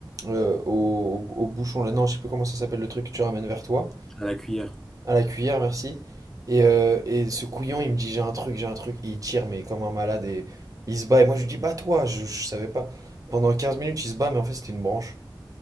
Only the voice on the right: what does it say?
euh, au, au bouchon, là, non, je sais plus comment ça s'appelle le truc que tu ramènes vers toi.
À la cuillère, merci. Et, euh, et ce couillon, il me dit, j'ai un truc, j'ai un truc. Et il tire, mais comme un malade. Et il se bat. Et moi, je lui dis, bats-toi. Je, je savais pas. Pendant 15 minutes, il se bat, mais en fait, c'était une branche.